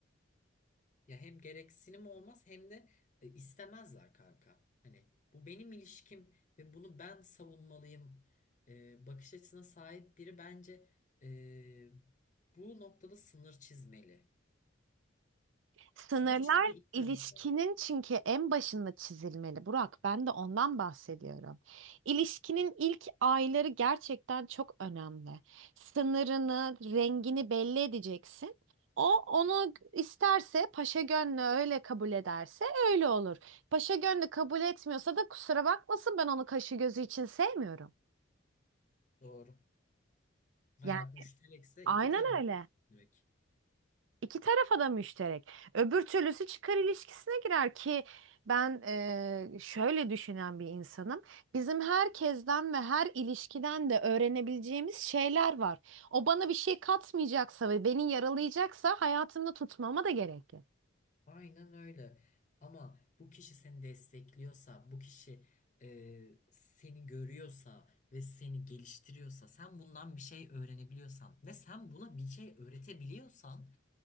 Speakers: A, on the left; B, on the right.
A: Ya hem gereksinim olmaz hem de e, istemezler kanka. Hani bu benim ilişkim ve bunu ben savunmalıyım e, bakış açısına sahip biri bence e, bu noktada sınır çizmeli.
B: Sınırlar
A: Sınır çizmeyi iki
B: ilişkinin
A: tarafta.
B: çünkü en başında çizilmeli Burak. Ben de ondan bahsediyorum. İlişkinin ilk ayları gerçekten çok önemli. Sınırını, rengini belli edeceksin. O onu isterse paşa gönlü öyle kabul ederse öyle olur. Paşa gönlü kabul etmiyorsa da kusura bakmasın ben onu kaşı gözü için sevmiyorum.
A: Doğru. Hayat
B: Yani
A: müşterekse
B: aynen
A: iki taraf
B: öyle.
A: için müşterek.
B: İki tarafa da müşterek. Öbür türlüsü çıkar ilişkisine girer ki ben eee, şöyle düşünen bir insanım. Bizim herkesten ve her ilişkiden de öğrenebileceğimiz şeyler var. O bana bir şey katmayacaksa ve beni yaralayacaksa hayatımda tutmama da gerek yok.
A: Aynen öyle. Ama bu kişi seni destekliyorsa, bu kişi e, seni görüyorsa ve seni geliştiriyorsa, sen bundan bir şey öğrenebiliyorsan ve sen buna bir şey öğretebiliyorsan,